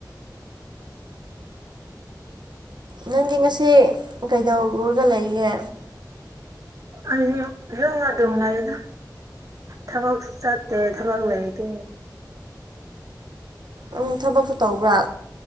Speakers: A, on the right; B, on the right.
A: ꯅꯪꯗꯤ ꯉꯁꯤ ꯀꯩꯗꯧꯔꯒ ꯂꯩꯒꯦ
B: ꯑꯩꯗꯤ ꯌꯨꯝꯗ ꯑꯗꯨꯝ ꯂꯩꯗ ꯊꯕꯛꯁꯨ ꯆꯠꯇꯦ ꯊꯕꯛ ꯂꯩꯇꯦ
A: ꯎꯝ ꯊꯕꯛꯁꯨ ꯇꯧꯕ꯭ꯔꯥ